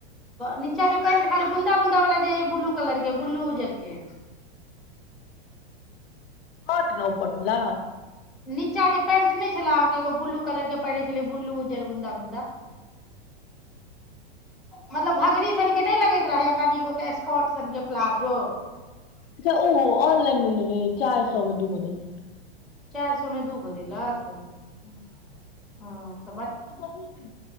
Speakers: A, in the centre; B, on the left.
A: नीचा के पेंट खाली बुन्दा बुन्दा वाला जे ब्लू कलर के बुलू उजर के
B: हट न उपर भेलए
A: नीचाकें पेंट नहि छलय अहाँकें एगो बूलू कलरकें पहिरय छलय बूलू उजर बुन्दा बुन्दा मतलब घघरी सन के नहि लगे रहैय कनीगोकें स्कॉटसनकें प्लाजो
B: अच्छा ओहो आनलाइन लेने रहय चार सौ मे दूगो देने रहय
A: चार सौ मे दूगो देलक
B: <inaudible>
A: हं
B: नै बहुत दिन